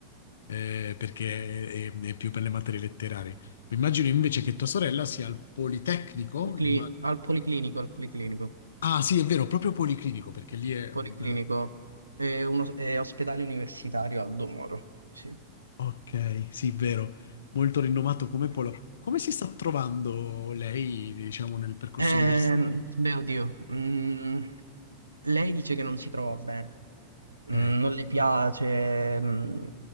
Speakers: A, on the left; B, on the right.
A: Eh, perché è, è più per le materie letterarie. Mi immagino invece che tua sorella sia al Politecnico.
B: Policli-
A: imma-
B: Al Policlinico, al Policlinico.
A: ah, sì, è vero, proprio Policlinico, perché lì è
B: Policlinico
A: un...
B: è, uno- è ospedale universitario Aldo Moro. Sì.
A: Ok, sì, vero, molto rinomato come polo. Come si sta trovando lei, diciamo, nel percorso
B: Ehm,
A: universitario?
B: beh, oddio. Mm, lei dice che non si trova bene.
A: Ok,
B: Mm, non gli piace, mm,